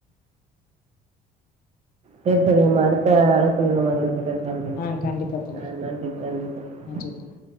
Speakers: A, on the right (about 40°); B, on the left (about 60°).
A: செரி செரி உம்
B: ஆ
A: அடுத்த அழைப்புள்ள நம்ம அத பத்தி பேசலாம் தோழி
B: ஆ கண்டிப்பா தோழி.
A: ஆ நன்றி
B: கண்டிப்பா
A: ப நன்றி
B: தோழி.
A: ப
B: நன்றி தோழி